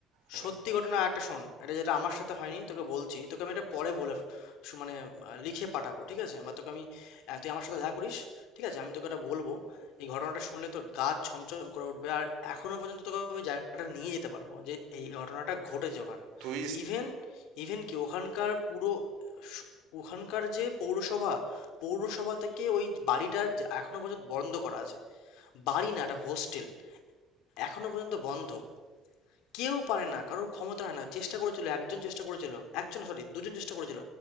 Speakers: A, on the right; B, on the left.
A: হ্যাঁ
B: সত্যি ঘটনা একটা শোন এটা যেটা আমার সাথে হয়নি তোকে বলছি তোকে আমি এটা পরে বলে শু- মানে আহ, লিখে পাঠাবো ঠিক আছে বা তোকে আমি আহ, তুই আমার সাথে দেখা করিস ঠিক আছে আমি তোকে এটা বলবো এই ঘটনাটা শুনলে তোর গা ছমছম করে উঠবে আর এখনো পর্যন্ত তোকে আমি জায়গাটা নিয়ে যেতে পারবো যে এই ঘটনাটা ঘটেছে ওখানে
A: তুই স-
B: ইভেন ইভেন কি ওখানকার পুরো স- ওখানকার যে পৌরসভা পৌরসভা থেকে ওই বাড়িটা যে এখনো পর্যন্ত বন্ধ করা আছে বাড়ি না এটা হোস্টেল এখনো পর্যন্ত বন্ধ কেউ পারে না কারোর ক্ষমতা হয় না চেষ্টা করেছিল একজন চেষ্টা করেছিল একজন সরি দুজন চেষ্টা করেছিল